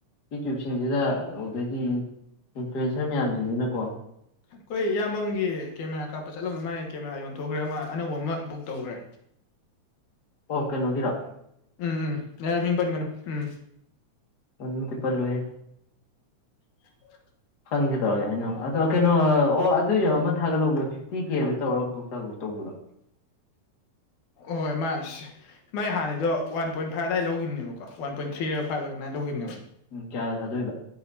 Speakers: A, on the left (about 35°); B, on the left (about 85°).
A: ꯌꯨꯇ꯭ꯌꯨꯕꯁꯤꯡꯁꯤꯗ ꯑꯣꯗꯒꯤ ꯏꯟꯐ꯭ꯂꯨꯌꯦꯟꯁꯔ ꯃꯌꯥꯝꯖꯤꯡꯖꯤꯅꯀꯣ
B: ꯑꯈꯣꯏ ꯏꯌꯥꯝꯕꯝꯒꯤ ꯀꯦꯃꯦꯔꯥ ꯀꯥꯞꯄ ꯆꯠꯂꯝꯗ ꯃꯥꯥꯏ ꯀꯦꯃꯦꯔꯥ ꯌꯣꯟꯊꯣꯛꯈ꯭ꯔꯦ ꯑꯃ ꯑꯅꯧꯕ ꯑꯃ ꯕꯨꯛ ꯇꯧꯈ꯭ꯔꯦ
A: ꯑꯣ ꯀꯩꯅꯣꯒꯤꯔ
B: ꯎꯝ ꯎꯝ ꯌꯥꯏ ꯃꯤꯡ ꯄꯟꯒꯅꯨ ꯎꯝ
A: ꯑꯣꯏꯃꯛꯇꯤ ꯄꯜꯂꯣꯏꯌꯦ
B: <inaudible>
A: ꯈꯪꯒꯦ ꯇꯧꯔꯒꯦ ꯑꯩꯅ ꯑꯗꯣ ꯀꯩꯅꯣ ꯑꯣ ꯑꯗꯨꯏꯅꯦ ꯑꯃ ꯊꯥꯒꯠꯍꯧꯕꯁꯤ ꯁ꯭ꯇꯤ ꯀꯦꯗ ꯇꯧꯔ ꯕꯨꯛ ꯇꯕ ꯇꯧꯕꯗꯣ
B: ꯑꯣꯍꯣꯏ ꯃꯥꯥꯏꯁ ꯃꯥ ꯍꯥꯟꯅꯩꯗꯣ ꯋꯥꯟ ꯄꯣꯏꯟ ꯐꯥꯏꯚ ꯑꯗꯥꯏ ꯂꯧꯒꯤꯕꯅꯦꯕꯀꯣ ꯋꯥꯟ ꯄꯣꯏꯟ ꯊ꯭ꯔꯤꯔ ꯐꯥꯏꯚꯂ ꯑꯗꯨꯅꯥꯏ ꯂꯧꯒꯤꯕꯅꯦꯕ
A: ꯎꯝ ꯀꯌꯥꯗ ꯊꯥꯗꯣꯏꯕ